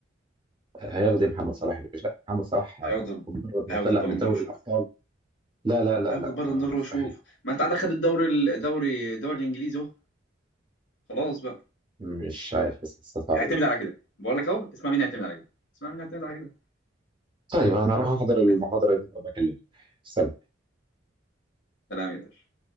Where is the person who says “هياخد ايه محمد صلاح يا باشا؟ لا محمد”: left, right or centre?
Right